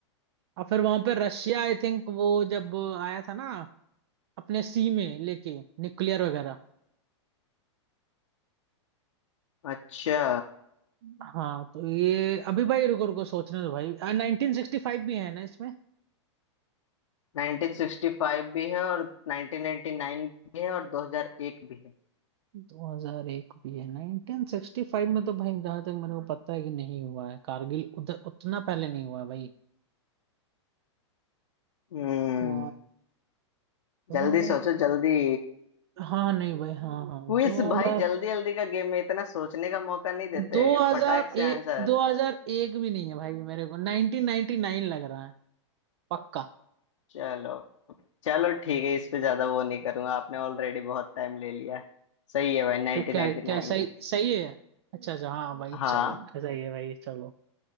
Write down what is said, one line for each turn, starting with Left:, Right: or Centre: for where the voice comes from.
Right: और फिर वहां पे रशिया आई थिंक वो जब आया था ना अपने सी में लेके न्यूक्लियर वगैरह
Left: अच्छा
Right: हाँ तो ये अभी भाई रुको रुको सोचने दो भाई नाइनटीन सिक्सटी फाइव भी है ना इसमें
Left: 1965 भी है और 1999 भी है और 2001 भी है
Right: दो हजार एक भी है नाइनटीन सिक्सटी फाइव में तो भाई जहां तक मेरे को पता है कि नहीं हुआ है कारगिल उधर उतना पहले नहीं हुआ है भाई
Left: हम्म
Right: दो हजार
Left: जल्दी सोचो जल्दी
Right: हाँ नहीं भाई हाँ हाँ
Left: क्विज
Right: दो हजार
Left: भाई जल्दी जल्दी का गेम में इतना सोचने का मौका नहीं देते
Right: 2000
Left: फटाक से
Right: ए,
Left: आंसर
Right: 2001 भी नहीं है भाई मेरे को 1999 लग रहा है पक्का
Left: चलो चलो ठीक है इस पे ज्यादा वो नहीं करूंगा आपने ऑलरेडी बहुत टाइम ले लिया है। सही है भाई 1999
Right: तो क्या क्या
Left: नाइन
Right: सही
Left: है
Right: सही है अच्छा अच्छा हाँ भाई
Left: हाँ
Right: चलो सही है भाई चलो